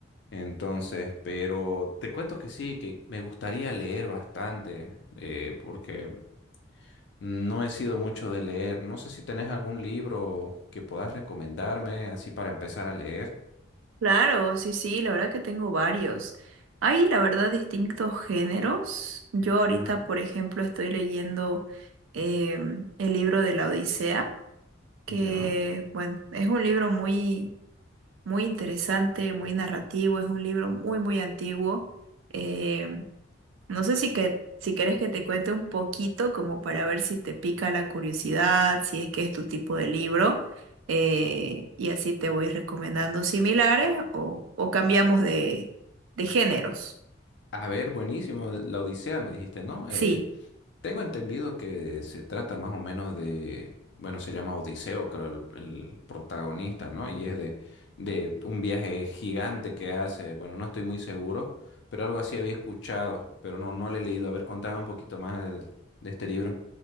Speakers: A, on the left; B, on the right.
A: Entonces, pero te cuento que sí, que me gustaría leer bastante, eh, porque no he sido mucho de leer. No sé si tenés algún libro que puedas recomendarme así para empezar a leer.
B: Claro, sí, sí, la verdad que tengo varios. Hay, la verdad, distintos géneros. Yo ahorita,
A: Ajá.
B: por ejemplo, estoy leyendo em, el libro de la Odisea. que,
A: Ya.
B: bueno, es un libro muy, muy interesante, muy narrativo, es un libro muy, muy antiguo. Em, no sé si que, si querés que te cuente un poquito como para ver si te pica la curiosidad, si es que es tu tipo de libro, eh, y así te voy recomendando similares o, o cambiamos de, de géneros.
A: A ver, buenísimo. La Odisea, me dijiste, ¿no?
B: Sí.
A: Eh, Tengo entendido que se trata más o menos de, bueno, se llama Odiseo, creo, el, el protagonista, ¿no? Y es de, de un viaje gigante que hace, bueno, no estoy muy seguro, pero algo así había escuchado, pero no, no lo he leído. A ver, contame un poquito más del- de, este libro.